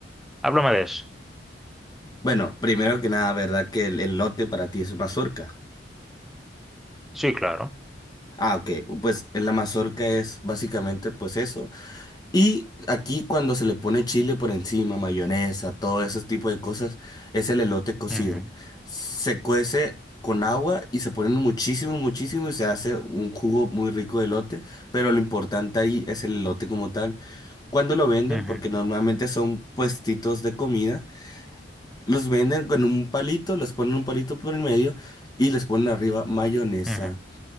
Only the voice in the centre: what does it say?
Háblame de eso.
Sí, claro.
Ujú,
ujú,
ujú.